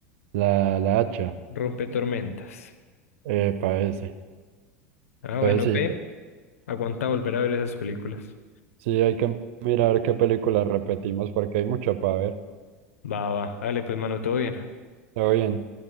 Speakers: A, on the right; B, on the left.
A: La, la hacha.
B: Rompe tormentas.
A: Eh, ese.
B: Ah, bueno,
A: Entonces
B: ve.
A: sí,
B: Aguanta volver a ver esas películas.
A: sí hay que mirar qué película repetimos porque hay mucho para ver.
B: Va, va. Dale, pues, mano, todo bien.
A: Todo bien.